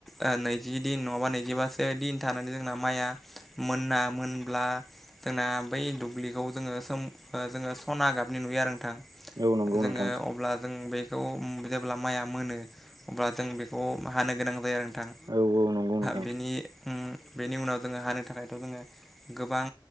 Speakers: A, in the centre; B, on the right.
A: ओ नैजि दिन नङाबा नैजिबासो दिन थानानै जोंना माइया मोन ना मोनब्ला जोंना बै दुब्लिखौ जोङो सोम ओ जोङो सना गाबनि नुयो आरो नोंथां।
B: औ नंगौ
A: जोङो
B: नोंथां।
A: अब्ला जों बेखौ उम जेब्ला माइया मोनो अब्ला जों बेखौ हानो गोनां जायो आरो नोंथां।
B: औ औ नंगौ नोंथां
A: बेनि उम बेनि उनाव जोङो हानो थाखायथ' जोङो गोबां